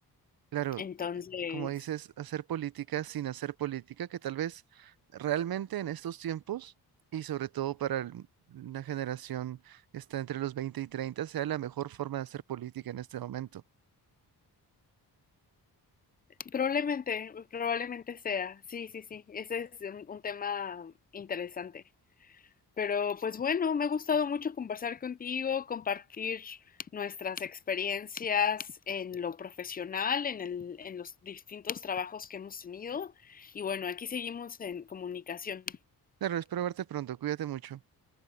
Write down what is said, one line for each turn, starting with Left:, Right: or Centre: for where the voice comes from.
Right: Claro,
Left: Entonces,
Right: eh, como dices, hacer política sin hacer política, que tal vez realmente en estos tiempos, y sobre todo para el- una generación que está entre los 20 y 30, sea la mejor forma de hacer política en este momento.
Left: Probablemente, probablemente sea. Sí, sí, sí. Ese es un, un tema interesante. Pero pues bueno, me ha gustado mucho conversar contigo, compartir nuestras experiencias en lo profesional, en, el, en los distintos trabajos que hemos tenido. Y bueno, aquí seguimos en comunicación.
Right: Claro, espero verte pronto, cuídate mucho.